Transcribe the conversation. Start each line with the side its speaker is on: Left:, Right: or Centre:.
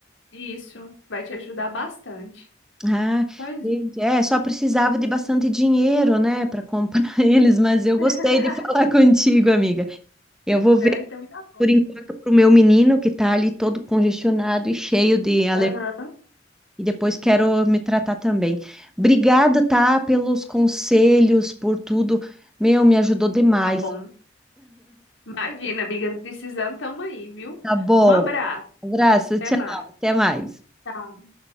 Left: Isso vai te ajudar bastante.
Centre: Ah,
Left: Pois
Centre: gente,
Left: é.
Centre: é, só precisava de bastante dinheiro, né, para comprar <laughs> eles, mas eu
Left: <laughs>
Centre: gostei de falar contigo, amiga. Eu vou
Left: Não,
Centre: ver
Left: então tá bom,
Centre: por enquanto
Left: minha.
Centre: pro meu menino que tá ali todo congestionado e cheio de alergia.
Left: Aham.
Centre: E depois quero me tratar também. Obrigada, tá, pelos conselhos, por tudo. Meu, me ajudou demais.
Left: Tá bom. Imagina, amiga, precisando, tamo aí, viu?
Centre: Tá bom.
Left: Um abraço,
Centre: Abraço,
Left: até
Centre: tchau.
Left: mais.
Centre: Até mais.
Left: Tchau.